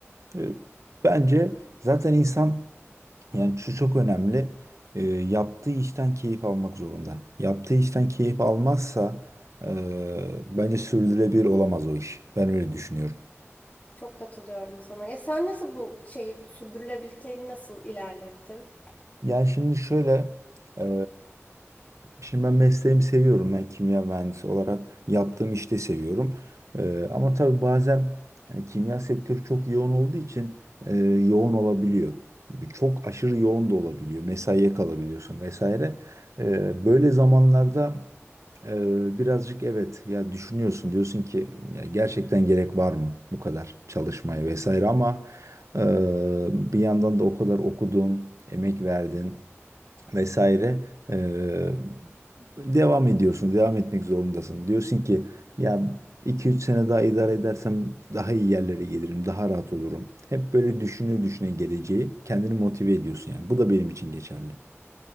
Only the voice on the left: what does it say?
Çok katılıyorum sana. Ya sen nasıl bu şeyi sürdürülebilirliği nasıl ilerlettin?